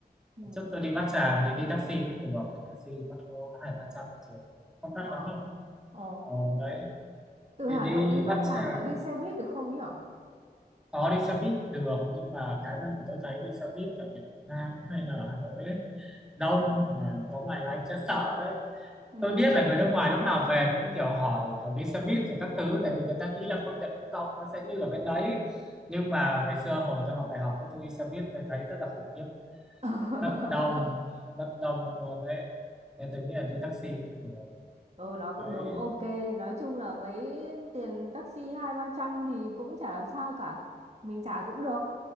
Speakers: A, on the right (about 40°); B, in the centre.
A: Ừ.
B: trước tôi đi Bát Tràng thì đi taxi cũng được thì taxi bắt có hai ba trăm một triệu cũng không đắt
A: Ờ
B: lắm đâu
A: ờ.
B: ờ, đấy
A: Từ
B: thì
A: Hà
B: đi
A: Nội đi Bát
B: Bát
A: Tràng
B: Tràng
A: có đi xe buýt được không nhở?
B: có đi xe buýt được nhưng mà cá nhân của tôi thấy đi xe buýt ở Việt Nam hay là Hà Nội ấy, đông mà có vài là anh sẽ sợ đấy
A: Ừ.
B: tôi biết là người nước ngoài lúc nào về cũng kiểu hỏi kiểu đi xe buýt rồi các thứ tại vì người ta nghĩ là phương tiện công cộng nó sẽ như ở bên đấy nhưng mà ngày xưa hồi tôi học đại học ấy, tôi đi xe buýt tôi thấy rất là khủng khiếp
A: <laughs>
B: rất đông rất đông luôn đấy nên tôi nghĩ là đi taxi cũng được
A: Ừ nói
B: đấy
A: cũng đúng ok Nói chung là mấy tiền taxi hai ba trăm Thì cũng chả làm sao cả Mình trả cũng được